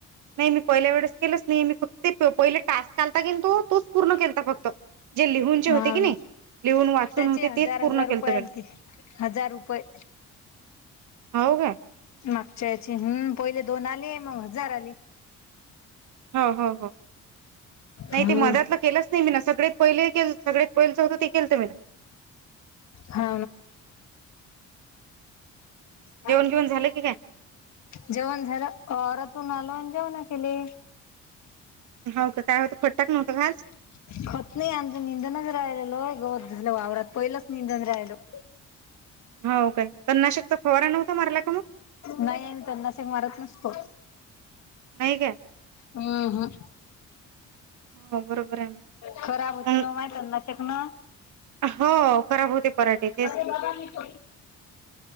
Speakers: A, on the right; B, on the left.
A: नाही मी पहिल्या वेळेस केलंच नाही मी फक्त ते पहिले टास्क चालता कि तो तोच पूर्ण केलता फक्त जे लिहूनचे होते
B: हा
A: की
B: ना
A: नाही लिहून वाचून
B: त्याचे
A: होते
B: हजार
A: तेच पूर्ण
B: हजार रुपये
A: केलंत मी
B: आलते हजार रुपये
A: हो का
B: मागच्या याचे हम्म पहिले दोन आले मग हजार आले
A: हो हो हो नाही
B: हम्म
A: ते मधातलं केलंच मी ना सगळेत पहिले के सगळत पहिलेचं होत ते केलत मी
B: हा हा
A: जेवण घेऊन झालं की काय
B: जेवण झालं औरातून आलो आणि जेवण केली
A: हो काय होतं? <unintelligible>
B: <unintelligible>
A: हो. तन नाशकचा फवारा नव्हता मारला का मग?
B: नाही. अमी तन नाशक मारत नसतो.
A: नाही काय
B: हम् हम्.
A: हो, बरोबर आहे.
B: खराब होते
A: मग
B: ना तण नाशक न
A: हो खराब होते पराठे तेच
B: होे बघत